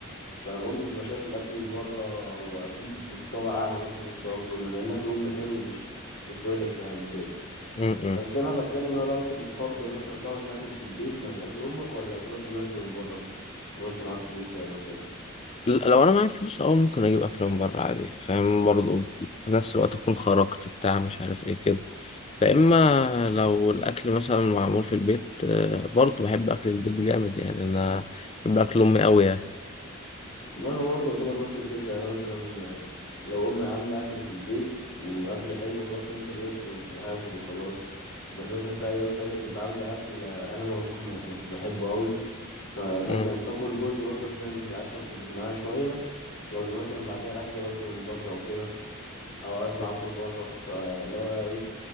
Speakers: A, on the left; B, on the left.
A: فانا برضو ببقى شايف الاكل اللي بره هو اكيد مستوى اعلى مثلا من مستوى اكل امي مع ان اكل امي حلو مش مش وحش يعني وكده
B: م-
A: بس
B: م.
A: انا بتكلم لو لو انت بتفضل مثلا تقعد تاكل في البيت مع اكل امك ولا تروح تجيب اكل من بره لو انت معاك فلوس يعني وكده
B: لو انا معايا فلوس اه ممكن اجيب اكل من بره عادي فاهم برضو في نفس الوقت اكون خرجت بتاع مش عارف ايه كده لا اما لو الاكل مثلا معمول في البيت آه، برضو بحب اكل البيت جامد يعني انا بحب اكل امي قوي يعني
A: وانا برضه يعتبر نفس الفكره يعني انا مثلا آه، لو امي عامله اكل في البيت واكل حلو خلاص ممكن قشطه مش هاكل وخلاص بس مثلا في ايام تانية بتبقى عامله اكل آه، انا ما ممكن ما اكونش بحبه قوي فمثلا
B: مم.
A: باكل جزء برضه عشان هي ما تزعلش اخرج معاها شويه واجي مثلا بعدها رايح جايب اكل من بره وكده او اطلع
B: مم.
A: اكل بره فاللي هو ايه